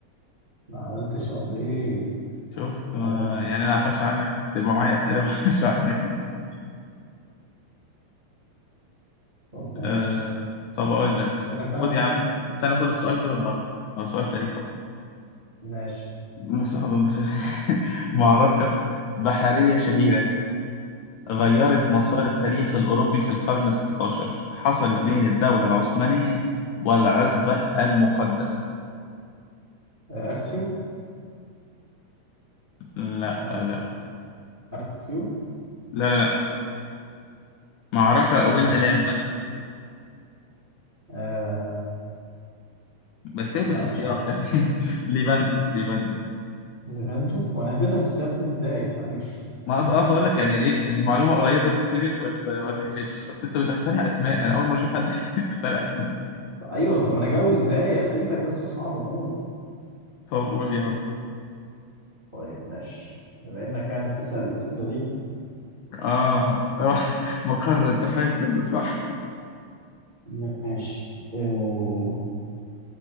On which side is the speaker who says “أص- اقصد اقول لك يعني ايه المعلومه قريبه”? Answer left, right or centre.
Left